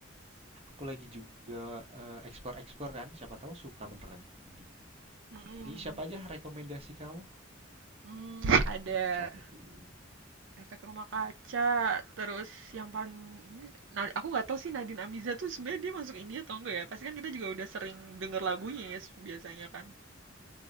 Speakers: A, on the right (about 30°); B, on the right (about 70°).
A: Aku lagi juga eh, explore-explore kan, siapa tahu suka beneran nih indie.
B: Mm-mm.
A: Tadi siapa aja rekomendasi kamu?
B: Hmm, ada
A: Biar aku catat dulu.
B: Efek Rumah Kaca, terus yang paling ini, nah aku nggak tahu sih Nadine Amiza tuh sebenarnya dia masuk India atau enggak ya? Pasti kan kita juga udah sering denger lagunya ya biasanya kan.